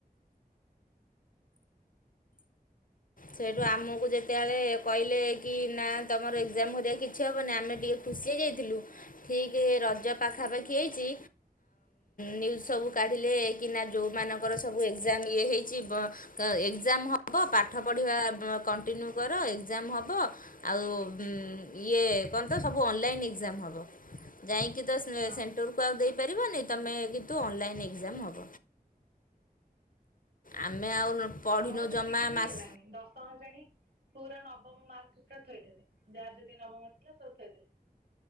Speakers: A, on the left; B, on the right.
A: ସେଇଠୁ ଆମକୁ ଯେତେବେଳେ କହିଲେ କି -ନା ତମର ଏକଜାମ ହରିଆ କିଛି ହେବନି ଆମେ ଟିକେ ଖୁସି ହେ ଯାଇଥିଲୁ, ଠିକ ରଜ
B: ହଁ
A: ପାଖାପାଖି ହେଇଛି ନ୍ୟୁଜ୍ ସବୁ କା ଟିଲେ କିନା ଯଉମାନଙ୍କର ସବୁ ଏଜାମ ଇଏ ହେଇଛି, ଏକଜାମ ହେବ ପା ପାଠ ପଢ଼ିବା କଣ୍ଟିନ୍ୟୁ କର, ଏକଜାମ୍ ହବ ଆଉ ଇଏ, କଣନ୍ତ ସବୁ ଅନଲାଇନ୍ ଏକଜାମ ହେବ, ଯାଇକି କି ତ
B: ହଁ
A: ସେଣ୍ଟରକୁ ଆଉ ଦେଇପାରିବନି, ତୁମେ କିନ୍ତୁ ଅନଲାଇନ୍ ଏକଜାମ ହେବ। ଆମେ ଆଉ ପଢ଼ିନୁ
B: ଆମର ସେତିକି
A: ଜମା
B: ବି
A: ମାସ
B: ହେଲାନି ଦଶମ୍ ଜାଣି ପୁରା ନବମ ମାର୍କ ପା ଥୋଇଦେଲେ ଯାହା ଯେତିକି ନବମ ଥିଲା ସବୁ ଥୋଇଥିଲେ।